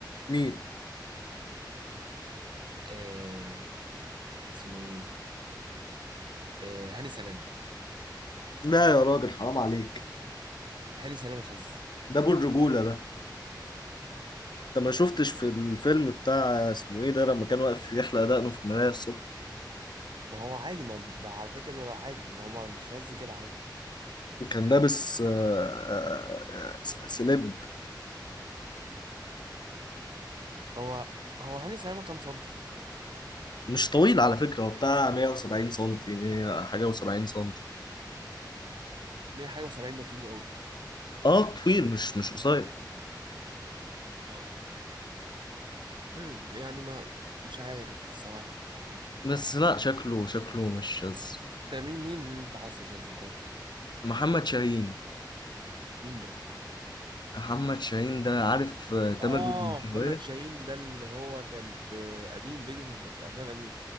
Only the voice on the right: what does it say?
آه اسمه ايه آه هاني سلام
هاني سلام شاذ
ما هو عادي ما ده على فكره ده عادي ما هو الشاذ كده عادي
هو هو هاني سلامه كام سنتي
100 حاجه و70 ده طويل قوي
اه امم يعني ما مش عارف صراحه مش عارف
ده مين مين اللي انت حاسه شاذ طيب
مين ده
اه
محمد شاهين ده اللي هو كان في قديم بيجي في في افلام قديمه